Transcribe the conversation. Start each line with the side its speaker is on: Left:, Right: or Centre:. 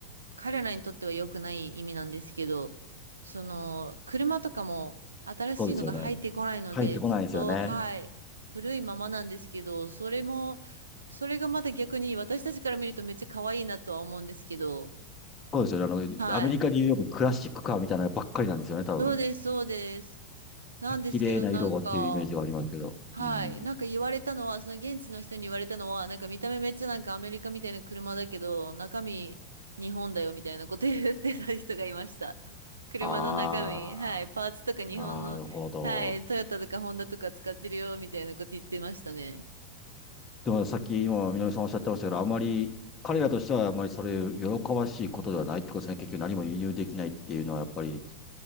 Right: 彼らにとっては良くない意味なんですけど、その、車とかも新しいのが入ってこないので、
Left: そうですよね。入ってこないですよね。
Right: ずっと、はい、古いままなんですけど、それも、それがまた逆に私たちから見るとめっちゃ可愛いなとは思うんですけど、
Left: そうですよね。
Right: はい。
Left: あの、アメリカでいうよくクラシックカーみたいなのばっかりなんですよね、多分。
Right: そうです、そうです。なんですけど、
Left: 綺麗な色がっていうイメージがありますけど。
Right: なんか、はい。
Left: うん。
Right: なんか言われたのは、その現地の人に言われたのは、なんか見た目めっちゃなんかアメリカみたいな車だけど、中身日本だよみたいなこと言ってた人がいました。車の中身、
Left: ああ、
Right: はい。パーツとか日本の、
Left: なるほど。
Right: はい。トヨタとかホンダとか使ってるよみたいなこと言ってましたね。
Left: でもさっき今、みのりさんおっしゃってましたけど、あまり、彼らとしてはあまりそれ喜ばしいことではないってことですね。結局何も輸入できないっていうのはやっぱり。